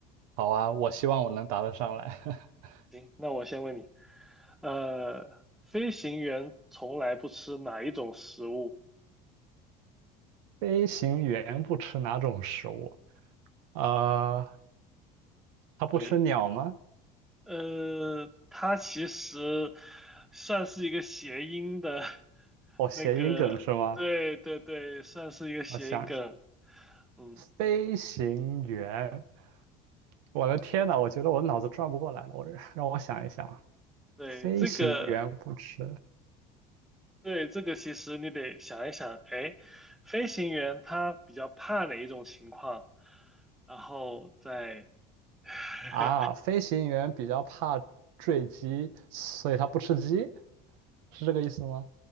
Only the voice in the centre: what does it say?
行，那我先问你，呃，飞行员从来不吃哪一种食物？
对，呃，它其实算是一个谐音的，<laughs>
那个，对对对，算是一个谐音梗。
嗯，
对，
这个，对，这个其实你得想一想，哎，飞行员他比较怕哪一种情况，然后再，<laughs>